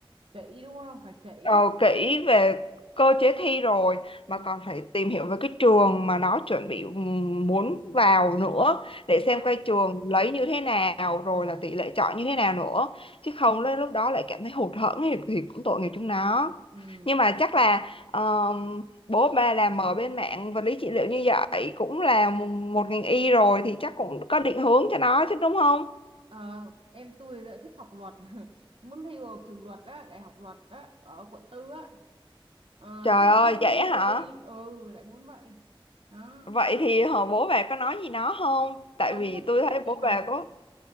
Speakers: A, on the right; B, on the left.
A: kỹ đúng không phải kỹ
B: ờ, kỹ về cơ chế thi rồi
A: ừ
B: mà còn phải tìm hiểu về cái trường mà nó chuẩn bị ừm, muốn vào nữa
A: chính
B: để xem
A: xác
B: coi trường lấy như thế nào rồi
A: ừ
B: là tỷ lệ chọi như thế nào nữa chứ không đến lúc đó lại cảm thấy hụt hẫng thì, thì cũng tội nghiệp chúng nó
A: ừ
B: nhưng mà chắc là ờm, bố ba làm ở bên mạng vật lý trị liệu như vậy cũng là một một ngành y rồi thì chắc cũng có định hướng cho nó chứ đúng không
A: ờ em tôi lại thích học luật <laughs> muốn thi vào trường luật á đại học luật á ở quận tư á ờ
B: trời
A: chứ không
B: ơi
A: có muốn
B: vậy
A: thi
B: hả
A: vô y ừ lại muốn vậy đó
B: Vậy thì họ bố bà có nói gì nó không? Tại
A: không
B: vì
A: thích
B: tôi thấy
A: thích thì
B: bố
A: học
B: bà có